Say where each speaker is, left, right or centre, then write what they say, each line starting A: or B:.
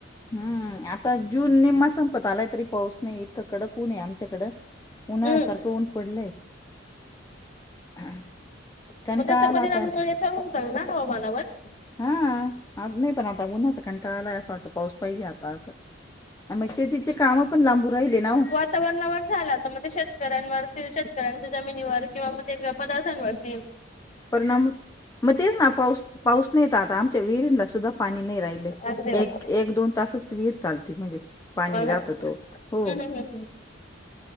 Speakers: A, on the left; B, on the left.
A: हम्म आता जून नेमा संपत आलाय तरी पाऊस नाही इतक कडंक ऊन आहे आमच्याकडं. ऊन्हाळ्या
B: हम्म
A: सारखं ऊन पडलाय. <inaudible> कंटाळा
B: <unintelligible>
A: आला आता हा आज नाही पण आता उन्हाच कंटाळालाय असं वाटतं पाऊस पाहिजे आता असं. आ मग शेतीचे काम पण लांबू राहिले ना ओ.
B: वरणावळ झाला तर मग ते शेतकऱ्यांवर शेतकऱ्यांच्या जमिनीवर किंवा म पदार्थांवरतील
A: परिणाम मग तेच ना पाऊस पाऊस नाही तर आता आमच्या विहिरींला सुद्धा पाणी नाही राहिलंय.
B: अगदी हो
A: एक एक दोन तासच विहीर चालते म्हणजे पाणी राहात
B: ना
A: तो
B: हम्म
A: हो.
B: हम्म हम्म